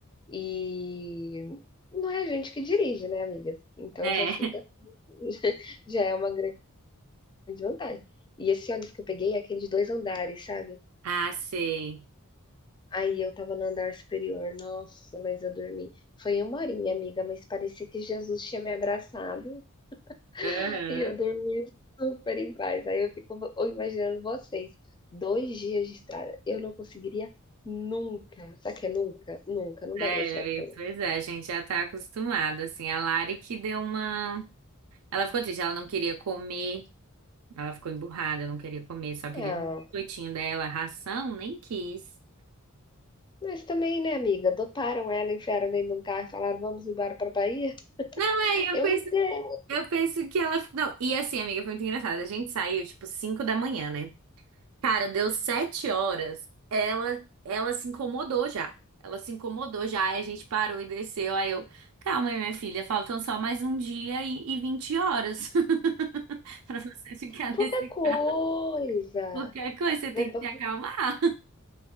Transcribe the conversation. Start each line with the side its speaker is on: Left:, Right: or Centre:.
Left: E não é a gente que dirige, né, amiga, então
Right: É,
Left: já fica <laughs> já é uma grande vantagem. E esse ônibus que eu peguei é aquele de dois andares, sabe?
Right: <laughs> ah, sei.
Left: Aí eu tava no andar superior, nossa, mas eu dormi. Foi uma horinha, amiga, mas parecia que Jesus tinha me abraçado
Right: Uhum.
Left: <laughs> e eu dormi super em paz. Aí eu fico vo- imaginando vocês, dois dias de estrada, eu não conseguiria nunca. Sabe o que é nunca? Nunca, não
Right: É,
Left: daria certo
Right: amiga,
Left: pra mim.
Right: pois é, a gente já tá acostumado, assim, a Lari que deu uma... Ela ficou triste, ela não queria comer, Ela ficou emburrada, não queria comer, só queria
Left: Ah,
Right: o biscoitinho dela. Ração, nem quis.
Left: mas também, né, amiga? Doparam ela, enfiaram dentro de um carro e falaram, vamos embora pra Bahia?
Right: Não, é, eu
Left: Eu
Right: penso,
Left: entendo.
Right: eu penso que ela. Não, e assim, amiga, foi muito engraçado. A gente saiu, tipo, 5 da manhã, né? Cara, deu 7 horas. Ela, ela se incomodou já. Ela se incomodou já. Aí a gente parou e desceu. Aí eu, calma aí, minha filha, faltam só mais um dia e, e 20 horas <laughs> pra você ficar
Left: Pouca
Right: nesse
Left: coisa,
Right: carro. Qualquer coisa, você tem
Left: é pou
Right: que se acalmar.